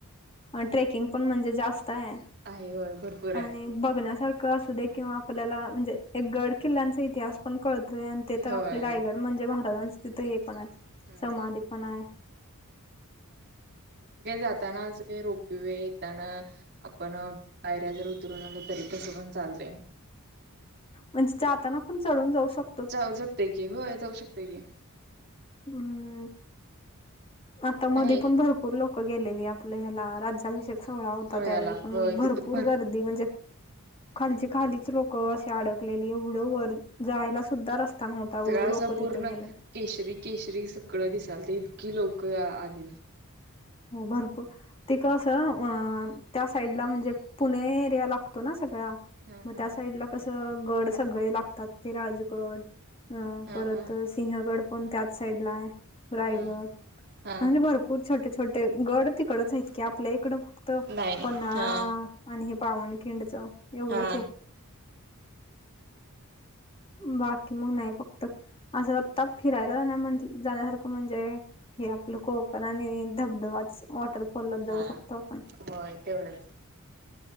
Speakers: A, on the left; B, on the right.
A: अ ट्रेकिंग पण म्हणजे जास्त आहे.
B: आहे होय भरपूर आहे.
A: आणि बघण्यासारखं असुदे
B: हा
A: किंवा आपल्याला म्हणजे एक गड किल्ल्यांचा इतिहास पण कळतोय. आणि ते
B: होय
A: तर आपले रायगड म्हणजे महाराजाचं तिथं हे पण आहे.
B: हम्म
A: समाधी पण आहे.
B: जे जातना. अस काही रोपवे येेतना. आपण पायऱ्या जर उतरून आलो. तरी चढून पण चालतं.
A: म्हणजे जाताना पण चढून जाऊ शक
B: <unintelligible> की होय जाऊ शकतय की.
A: हम्म. आता मधे
B: आहे
A: पण भरपूर लोक- -क गेलेली आपल्या ह्याला राज्याभिषेक. सोहळा होता
B: सोहळ्याला
A: त्यावेळी. पण
B: होय
A: भरपूर
B: तिथं
A: गर्दी म्हणजे- खालचे खालीच लोक अशी अडकलेली. एवढं वर जायला सुद्धा रस्त- -स्ता न्हवता
B: सगळं
A: एवढी
B: असं
A: लोकं
B: पूर्ण
A: तिथं गेलिया.
B: केशरी केशरी सगळं दिसायलत इतकी लोक आलेली.
A: हो. भरपूर. ते कसं अं. त्या साईडला म्हणजे पुणे एरिया लागतो ना सगळा?
B: हा
A: मग
B: हा
A: त्या साईडला- अस गड सगळे लागतात ते राजगड अं.
B: हा
A: परत-
B: हा
A: सिंहगड पण त्याच साईड ला आहे. रायगड
B: हा हा
A: म्हणजे भरपूर छोटे छोटे- ते गड तिकडच आहेत की. आपल्या इकडं फक्त
B: नाही
A: पन्हाळा-
B: हा
A: आणि हे पावनखिंडच एवढंच
B: हा
A: आहे. बाकी मग नाही फक्त. असं आत्ता फिरायला जाण्या म्ह जाण्यासारखं म्हणजे हे आपलं कोकण आणि- धबधबाच. वॉटरफॉललाच जाऊ
B: हा
A: शकतो आपण.
B: होय तेवढंच.